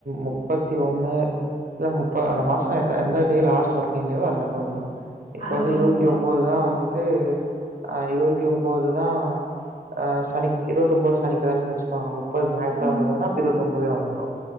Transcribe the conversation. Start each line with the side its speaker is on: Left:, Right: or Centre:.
Right: முப்பத்தி ஒண்ணு இல்ல முப்ப அந்த மாசோ எத்த எந்த டே லாஸ்ட் ஒர்கிங் டேவோ அந்த அப்பா வந்துரு இப்ப
Left: அங்க
Right: வந்து இருவத்தி
Left: வந்துரும்.
Right: ஒம்போது தா வந்து அ இருவத்தி ஒம்போது தா ஆ சனிக் இருவத்தொம்போ சனிக்கெழமன் வச்சுக்கோங்க முப்பது ஞாயித்துகெழம
Left: ம்.
Right: வருதுனா‌ அப்ப இருவத்தொம்பதே வந்துரு